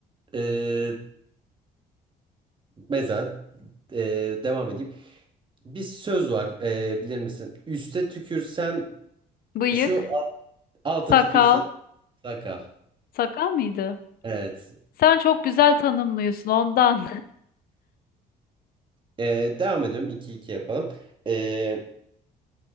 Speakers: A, on the right (about 30°); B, on the left (about 60°).
A: E, mesela e, devam edeyim. Bir söz var e, bilir misin? Üste tükürsen
B: Bıyık.
A: şu, al- alta
B: Sakal.
A: tükürsen sakal.
B: Sakal mıydı?
A: Evet.
B: Sen çok güzel tanımlıyorsun ondan.
A: E, devam ediyorum. 2 iki yapalım. E,